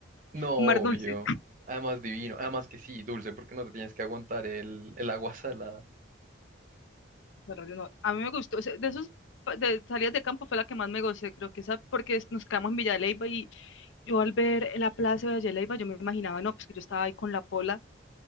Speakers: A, on the right (about 40°); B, on the left (about 75°).
A: No, obvio.
B: un mar dulce,
A: Además divino. Además que sí, dulce, porque no te tienes que aguantar el, el agua salada.
B: <laughs> no, a mí me gustó, de esos de salidas de campo fue la que más me gocé, creo que esa, porque nos quedamos en Villa de Leyva y yo al ver la plaza de Villa de Leyva, yo me imaginaba, no, pues que yo estaba ahí con la pola